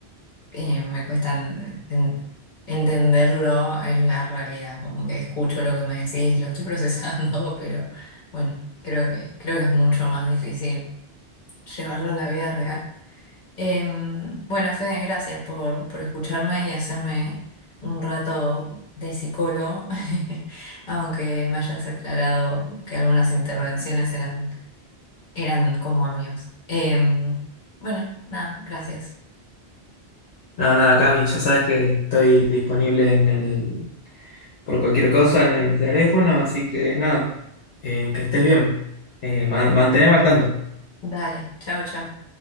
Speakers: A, on the left; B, on the left.
A: eh, me cuesta en- en- entenderlo en la realidad, como que escucho lo que me decís, lo estoy procesando, <laughs> pero bueno, creo que, creo que es mucho más difícil llevarlo a la vida real. Em, bueno, Fede, gracias por, por escucharme y hacerme un rato de psicólogo, <laughs> aunque me hayas aclarado que algunas intervenciones eran, eran como amigos. Em, bueno, nada, gracias.
B: No, nada, Cami, ya sabes que estoy disponible en el, por cualquier cosa en el teléfono, así que nada, eh, que estés bien, eh, ma- manteneme al tanto.
A: Dale, chao, chao.